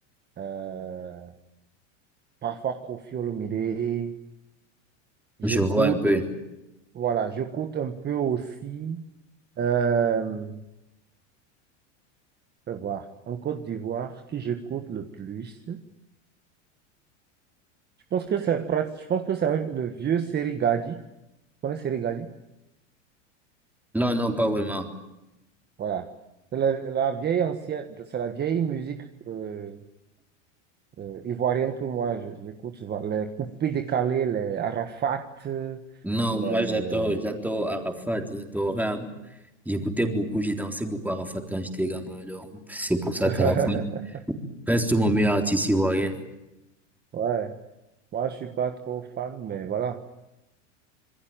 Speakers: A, on the right; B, in the centre.
A: euh, parfois Koffi Olomide. J'écoute,
B: Je vois un peu.
A: voilà, j'écoute un peu aussi. Euh, je vais voir, en Côte d'Ivoire, qui j'écoute le plus. Je pense que c'est prat Je pense que c'est un- le vieux Serigadi. Tu connais Serigadi?
B: Non, non, pas vraiment.
A: Voilà. C'est la, la vieille ancienne, c'est la vieille musique euh, euh, ivoirienne que moi je- j'écoute souvent. Les coupés décalés, les Arafat,
B: Non,
A: les...
B: moi j'adore, j'adore Arafat, j'adore J'écoutais beaucoup, j'ai dansé beaucoup Arafat quand j'étais gamin. Donc, c'est pour ça
A: <laughs>
B: qu'Arafat reste mon meilleur artiste ivoirien.
A: Ouais. Moi, je suis pas trop fan, mais voilà.